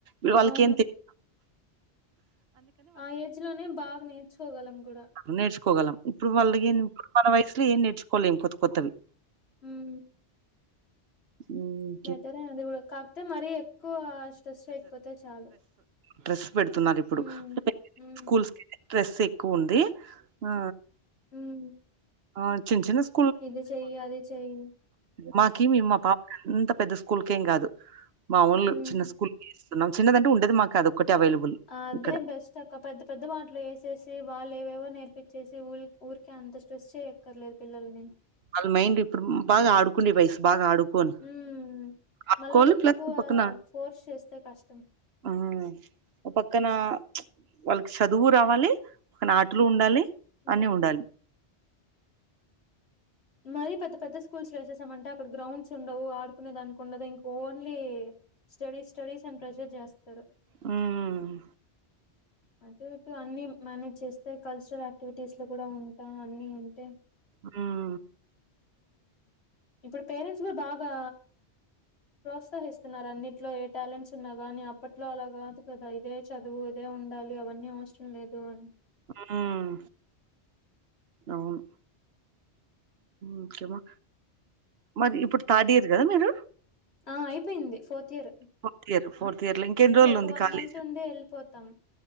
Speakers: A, on the right (about 65°); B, on the left (about 65°).
A: ఇగ వాళ్ళకేం
B: అవును.
A: తెలిదు
B: ఆ ఏజ్ లోనే బాగ నేర్చుకోగలం గూడ
A: నేర్చుకోగలం ఇప్పుడు వాళ్ళ ఏం ఇప్పుడు మన వయసులో ఏం నేర్చుకోలేం కొత్త కొత్తవి
B: ఉమ్
A: ఊమ్
B: బెటరే అది గూడ కాక్పొతే మరీ ఎక్కువ స్ట్రెస్ చేయకపోతే చాలు
A: ట్రెస్ పెడుతున్నారిప్పుడు
B: హ్మ్ హ్మ్
A: స్కూల్స్ కైతే ట్రెస్ ఎక్కువుంది ఆ
B: ఉమ్
A: ఆ చిన్ చిన్న స్
B: ఇది చెయ్ అది చెయ్
A: మాకీమి మా పాప అంత పెద్ద స్కూల్కేం గాదు మా ఊన్లు
B: హ్మ్.
A: చిన్న స్కూల్ న్నాం చిన్నదంటే ఉండేదే మాకదొక్కటె అవైలబుల్
B: అదే
A: ఇక్కడ
B: బెస్ చక్క పెద్ద పెద్ద వాటిలో ఏసేసి వాళ్ళేవేవో నేర్పిచ్చేసి ఊల్ ఊరికే అంత స్ట్రెస్ చేయ క్కర్లేదు పిల్లల్ని
A: వాళ్ళ మైండ్ ఇప్పుడు మ్ బాగా ఆడుకోండే వయసు బాగా ఆడుకోని
B: ఊమ్
A: ఆడుకోవాలి
B: మళ్ళ ఎక్కువా
A: ప్లస్ పక్కన
B: ఫోర్స్ చేస్తే కష్టం
A: ఆ ఒ పక్కనా వాళ్ళకి చదువూ రావాలి కొన్నాటలూ ఉండాలి
B: హ్మ్
A: అన్నీ ఉండాలి
B: మరీ పెద్ద పెద్ద స్కూల్స్ లో ఏసేసామంటే అక్కడ గ్రౌండ్స్ ఉండవు, ఆడుకునే దానికి ఉండదు ఇంక ఓన్లీ స్టడీస్ స్టడీస్ అని ప్రెజర్ జాస్తరు
A: ఉమ్ మ్
B: అటు ఇటు అన్ని మానేజ్ చేస్తే కల్చరల్ యాక్టివిటీస్ లో కూడ ఉంటా అన్ని ఉంటే
A: ఉమ్
B: ఇప్పుడు పేరెంట్స్ కూడా బాగా ప్రోత్సహిస్తున్నారన్నిట్లో ఏ టాలెంట్స్ ఉన్నా గానీ అప్పట్లో అలా గాదు కదా ఇదే చదువు ఇదే ఉన్ ఉండాలి అవన్నీ అవసరం లేదు అని
A: ఉమ్ అవును ఇంకేమో మరి ఇప్పుడు థర్డ్ ఇయర్ గదా మీరు
B: ఆ అయిపోయింది fourth year
A: fourth year fourth year లో ఇంకెన్ని
B: ఇక్కడ
A: రోజులు
B: ఒక
A: ఉంది
B: వన్
A: కాలేజ్
B: మంత్ ఉండి ఎళ్ళిపోతాం